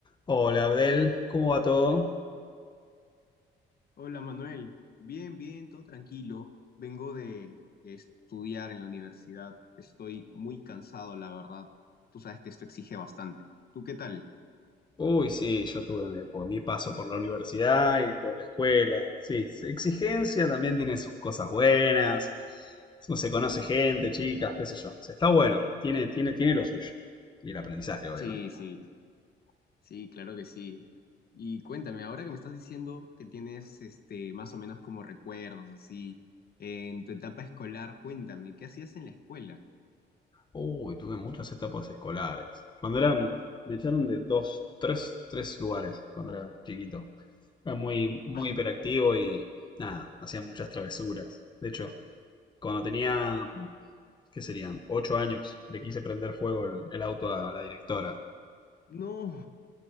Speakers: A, on the left; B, on the left.
A: Hola Abdel, ¿cómo va todo?
B: Hola Manuel, bien, bien, todo tranquilo. Vengo de estudiar en la universidad. Estoy muy cansado, la verdad. Tú sabes que esto exige bastante. ¿Tú qué tal?
A: Uy, sí, yo tuve mi, por- mi paso por la universidad y por la escuela. Sí, sí, exigencia también tiene sus cosas buenas. Se se conoce gente, chicas, qué sé yo. O sea, está bueno, tiene, tiene, tiene lo suyo. Y el aprendizaje, obvio,
B: Sí,
A: ¿no?
B: sí, sí, claro que sí. Y cuéntame, ahora que me estás diciendo que tienes este más o menos como recuerdos así en tu etapa escolar, cuéntame, ¿qué hacías en la escuela?
A: Uy, tuve muchas etapas escolares. Cuando era, me echaron de dos, tres, tres lugares cuando era chiquito. Era muy, muy
B: Ah,
A: hiperactivo y nada, hacía muchas travesuras. De hecho, cuando tenía, ¿qué serían? Ocho años, le quise prender fuego el, el auto a la directora.
B: no,